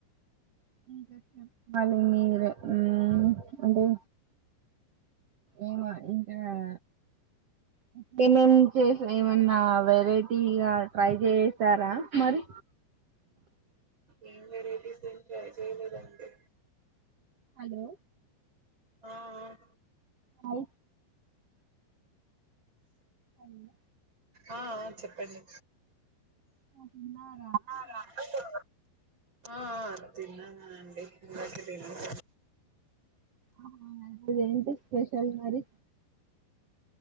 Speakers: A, on the right; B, on the right.
A: <unintelligible> ఇంట్ల అచ్చినప్పుడు బాగోదు కదా ఉమ్ అది ఏమో ఇంకా రా <unintelligible> పిల్లల్ని చేసినా ఏమన్నా వెరైటీగా ట్రై జేసారా మరి
B: ఏం వెరైటీస్ ఎం ట్రై చేయలేదండి.
A: హలో
B: ఆ ఆ
A: హై ఐన్ద
B: ఆ ఆ చెప్పండి.
A: <unintelligible> ఆఫ్న్ఆర్
B: ఆ డబ్బులు ఆ ఆ తిన్నాకదండి ఇదివరకే తిన్న <inaudible>
A: ఆ ఆ ఇప్పుడేంటి స్పెషల్ మరి